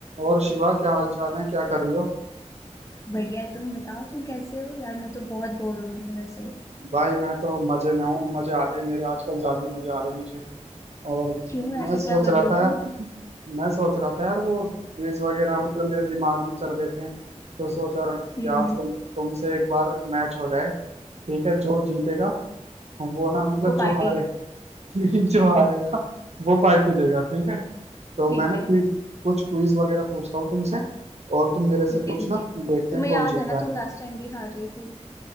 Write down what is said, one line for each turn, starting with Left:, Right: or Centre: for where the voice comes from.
Right: और शिवा क्या हाल चाल है क्या कर रही हो
Left: बढ़िया है तुम बताओ तुम कैसे हो यार मैं तो बहुत बोर हो रही हूँ वैसे
Right: भाई मैं तो मजे में हूँ मजे आ रहे हैं मेरे आजकल ज्यादा ही मजे आ रहे हैं मुझे और
Left: क्यों ऐसे
Right: मैं सोच
Left: क्या कर
Right: रहा
Left: रहे हो
Right: था
Left: तुम
Right: मैं सोच रहा था यार वो क्विज वगैरह मतलब मेरे दिमाग में चल रहे थे तो सोचा कि
Left: हम्म
Right: आज तुम तुमसे एक बार मैच हो जाए ठीक है जो जीतेगा वो ना मतलब
Left: वो
Right: जो
Left: पार्टी
Right: हारे <laughs> जो हारेगा वो पार्टी देगा ठीक है तो
Left: ठीक
Right: मैं ना
Left: है
Right: क्विज कुछ क्विज वगैरह पूछता हूँ तुमसे और तुम मेरे से
Left: ठीक
Right: पूछना
Left: है ठीक है
Right: देखते
Left: तुम्हें
Right: हैं कौन
Left: याद
Right: जीतता
Left: है ना
Right: है
Left: तुम लास्ट टाइम भी हार रही थी